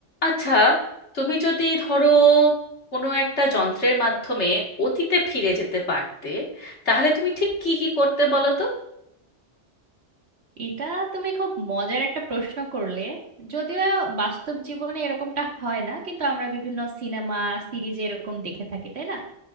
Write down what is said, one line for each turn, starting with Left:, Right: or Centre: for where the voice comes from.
Left: আচ্ছা তুমি যদি ধরো কোনো একটা যন্ত্রের মাধ্যমে অতীতে ফিরে যেতে পারতে তাহলে তুমি ঠিক কি কি করতে বলো তো
Right: এটা তুমি খুব মজার একটা প্রশ্ন করলে যদিও বাস্তব জীবনে এরকমটা হয় না কিন্তু আমরা বিভিন্ন সিনেমা সিরিজে এরকম দেখে থাকি তাই না